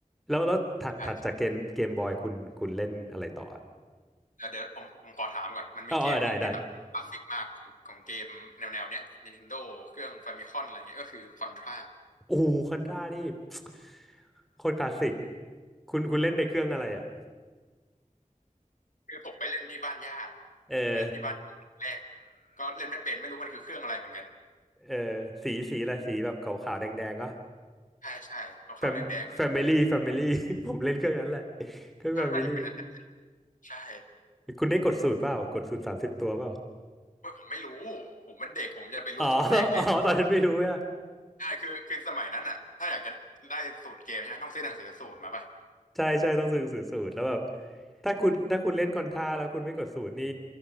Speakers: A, in the centre; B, on the left.
A: แล้วแล้วถัดถัดจากเกมเกมบอยคุณคุณเล่นอะไรต่ออะ
B: ใช่แต่เดี๋ยวผมผมขอถามก่อนมันมีเกมหนึ่งที่แบบคลาสสิกมากของของเกมแนวแนวเนี้ย
A: อ๋อเออได้ได้
B: Nintendo เครื่อง Famicom อะไรเงี้ยก็คือ Contra
A: โอ้คอนทรานี่ <tsk> โคตรคลาสสิกคุณคุณเล่นในเครื่องอะไรอ่ะ
B: คือผมไปเล่นที่บ้านญาติผมไปเล่นที่บ้านแรก
A: เออ
B: ก็เล่นไม่เป็นไม่รู้มันคือเครื่องอะไรเหมือนกัน
A: เออสีสีอะไรสีแบบขาวๆแดงๆก็
B: ใช่ใช่ขาวขาวแดงแดงๆเลย
A: แฟมแฟมิลี่แฟมิลี่ <laughs> ผมเล่นเครื่องนั้นแหละเครื่องแฟมิลี่
B: ถ้าถ้าจะเป็นอันนั้นใช่
A: คุณได้กดสูตรเปล่ากดสูตรสามสิบตัวเปล่า
B: เว้ยผมไม่รู้ผมเป็นเด็กผมจะไปรู้สูตรได้ยังไง
A: อ๋อ <laughs> อ๋อตอนนั้นไม่รู้อะ
B: ใช่คือคือสมัยนั้นอ่ะถ้าอยากจะได้สูตรเกมใช่ไหมต้องซื้อหนังสือสูตรมาป่ะ
A: ใช่ใช่ต้องซื้อสูตรสูตรแล้วแบบถ้าคุณถ้าคุณเล่นคอนท่าแล้วคุณไม่กดสูตรนี่